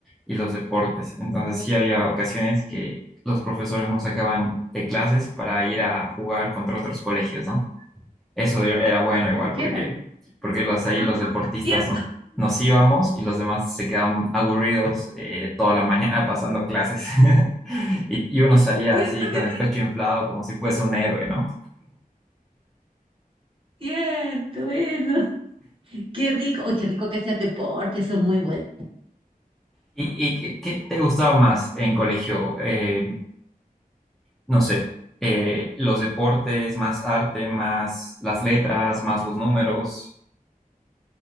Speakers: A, in the centre; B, on the right (about 35°).
A: y los deportes. Entonces
B: Ya.
A: sí había ocasiones que los profesores nos sacaban de clases para ir a jugar contra otros colegios, ¿no? Eso yo- era bueno igual
B: ¿Y qué
A: porque,
B: tal?
A: porque los, ahí
B: <laughs>
A: los deportistas
B: Cierto,
A: nos, nos íbamos y los demás se quedaban aburridos eh, toda la mañana pasando clases. <laughs> Y, y uno salía
B: cierto
A: así con
B: que
A: el
B: sí.
A: pecho inflado como si fuese un héroe, ¿no?
B: Cierto, eso. Qué rico. Oye, qué rico que hacías deporte, eso es muy bueno.
A: ¿Y, y qué, qué te gustaba más en colegio? Eh, no sé, eh, los deportes, más arte, más las letras, más los números,